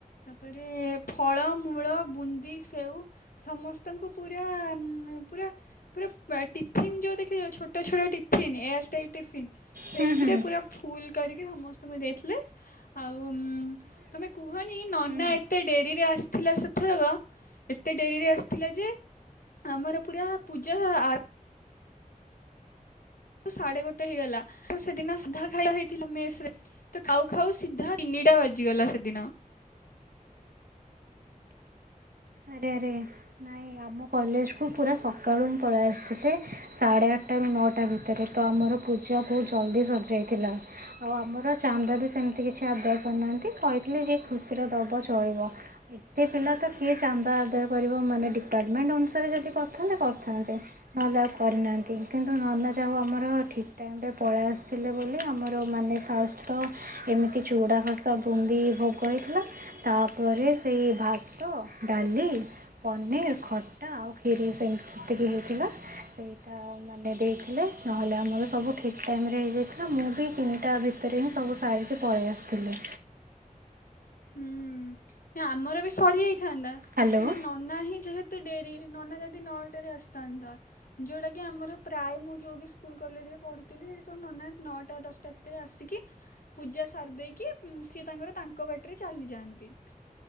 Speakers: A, on the left (about 80°); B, on the right (about 90°).
A: ତାପରେ ଫଳମୂଳ, ବୁନ୍ଦୀ, ସେଓ ସମସ୍ତଙ୍କୁ ପୁରା ପୁରା ପୁରା ଟିଫିନ୍ ଯୋଉ ଦେଖା ଯାଉଛି ଛୋଟ ଛୋଟ ଟିଫିନ୍ ଏୟାର ଷ୍ଟାଇଲ ଟିଫିନ୍ ସେଇଥିରେ
B: ହୁଁ ହୁଁ ହୁଁ
A: ପୁରା ଫୁଲ୍ କରିକି ସମସ୍ତଙ୍କୁ ଦେଇଥିଲେ। ଆଉ ତମେ କୁହନି ନନା
B: ହୁଁ
A: ଏ ଏତେ ଡେରିରେ ଆସିଥିଲା ସେଥରକ ଏତେ ଡେରିରେ ଆସିଥିଲା ଯେ, ଆମର ପୁରା ପୂଜା ଆ ସାଢେ ଗୋଟେ ହେଇଗଲା। ତ ସେଦିନ ସିଧା ଖାଇବା ହେଇଥିଲା ମେସରେ ତ କାଉ ଖାଉ ସିଧା ତିନିଟା ବାଜିଗଲା ସେଦିନ।
B: ଆରେ ଆରେ ନାଇଁ ଆମ କଲେଜକୁ ପୁରା ସକାଳୁ ହିଁ ପଳେଇ ଆସିଥିଲେ, ସାଢ଼େ ଆଠଟା ରୁ ନଅଟା ଭିତରେ ତ ଆମର ପୂଜା ବହୁତ ଜଲ୍ଦି ସରିଯାଇଥିଲା। ଆଉ ଆମର ଚାନ୍ଦା ବି ସେମ କିଛି ଆଦାୟ କରିନାହାନ୍ତି, କହିଥିଲେ ଯେ ଖୁସିରେ ଦବ ଚଳିବ। <unintelligible> ଚାନ୍ଦା ଆଦାୟ କରିବ ମାନେ ଡିପାର୍ଟମେଣ୍ଟ ଅନୁସାରେ ଯଦି କରିଥାନ୍ତେ କରିଥାନ୍ତେ। ନ ଯାହା କରିନାହାନ୍ତି, କିନ୍ତୁ ନନା ଯାହାହଉ ଆମର ଠିକ୍ ଟାଇମରେ ପଳିଆସିଥିଲେ ବୋଲି ଆମର ମାନେ ଫାଷ୍ଟ ତ ଏମିତି ଚୁଡ଼ା ଘସା ବୁନ୍ଦି ଭୋଗ ହେଇଥିଲା ତାପରେ ସେଇ ଭାତ, ଡାଲି ପନିର, ଖଟା, ଆଉ କ୍ଷିରି ସେ ସେତିକି ହେଇଥିଲା ସେଇଟା ମାନେ ଦେଇଥିଲେ ନହେଲେ ଆମର ସବୁ ଠିକ୍ ଟାଇମ ରେ ହେଇଯାଇଥିଲା ମୁଁ ବି ତିନିଟା ଭିତରେ ହିଁ ସବୁ ସାରିକି ପଳେଇ ଆସିଥିଲେ
A: ହୁଁ ନା ଆମର ବି ସରିଯାଇଥାନ୍ତା
B: ହ୍ୟାଲୋ
A: କିନ୍ତୁ ନ ନା ହିଁ ଯେହେତୁ ଡେରି ନନା ଯଦି ନଅ ଟାରେ ଆସିଥାନ୍ତା ଯୋଉଟା କି ଆମର ପ୍ରାୟ ମୁଁ ଯୋଉ ସ୍କୁଲ କଲେଜରେ ପଢୁଥିଲି ସେ ସବୁ ନ ନଅଟା ଦଶଟା ରେ ଆସିକି ପୂଜା ସାରି ଦେଇକି ସିଏ ତାଙ୍କର ତାଙ୍କ ବାଟିରେ ଚାଲିଯାଆନ୍ତି